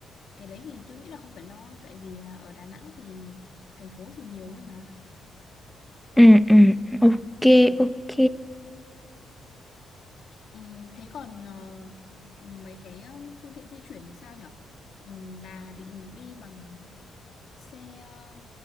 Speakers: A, on the left (about 70°); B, in the centre.
A: cái đấy thì tôi nghĩ là không phải lo tại vì là ở Đà Nẵng thì thành phố thì nhiều ấy mà
B: ừ, ừ, ok, ok.
A: Ừm, thế còn ờ, mấy cái ờ, phương tiện di chuyển thì sao nhở? Ừm, bà định đi bằng xe ờ,